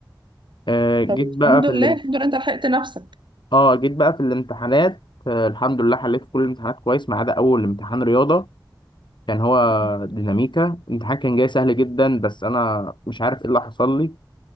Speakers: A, on the left; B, on the right.
A: آه، جيت
B: طب
A: بقى
B: الحمد
A: في
B: لله
A: الام...
B: الحمد لله انت لحقت نفسك
A: اه جيت بقى في الامتحانات آه، الحمد لله حليت كل الامتحانات كويس ما عدا اول امتحان رياضه كان هو
B: مم.
A: ديناميكا الامتحان كان جاي سهل جدا بس انا مش عارف ايه اللي حصل لي